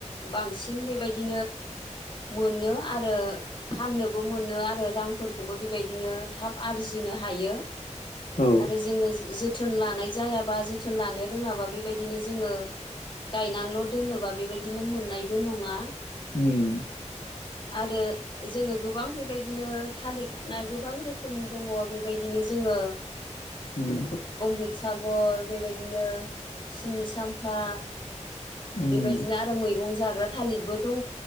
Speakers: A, on the left (about 40°); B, on the left (about 65°).
A: बांसिन बेबायदि मोनो आरो फाननोबो मोनो आरो रांफोरखौबो बेबायदिनो थाब आरजिनो हायो
B: औ
A: आरो जोङो ज जोथोन लानाय जायाबा जोथोन लानो रोङाबा बेबायदिनो जोङो गायनानैल' दोनोबा बेबायदिनो मोननायबो नङा
B: उम
A: आरो जोङो गोबां बेबायदिनो थालिर ना गोबां रोखोम रोखोमनि दङ बेबायदिनो जोङो
B: ओम
A: सिबसागर बेबायदिनो सिनि साम्फा
B: उम
A: बेबायदिनो आरो मैगं जाग्रा थालिरबो दङ